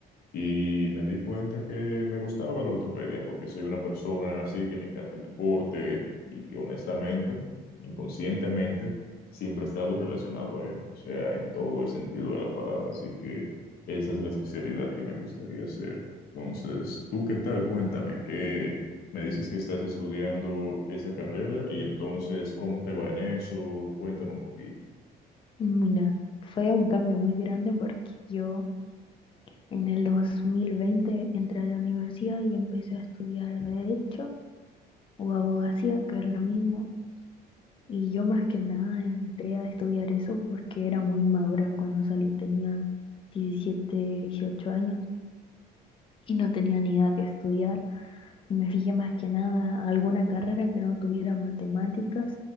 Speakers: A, on the left (about 65°); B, on the left (about 30°).
A: y me di cuenta que me gustaba la ortopedia porque soy una persona así que le encanta el deporte y que honestamente, inconscientemente, siempre he estado relacionado a él, o sea, en todo el sentido de la palabra. Así que esa es la especialidad que me gustaría hacer. Entonces, ¿tú qué tal? Cuéntame, ¿qué me dices que estás estudiando esa carrera y entonces cómo te va en eso? Cuéntame un poquito.
B: Mira, fue un cambio muy grande porque yo en el 2020 entré a la universidad y empecé a estudiar derecho o abogacía, que es lo mismo. Y yo más que nada entré a estudiar eso porque era muy inmadura cuando salí, tenía 17, 18 años y no tenía ni idea que estudiar. Y me fijé más que nada a alguna carrera que no tuviera matemáticas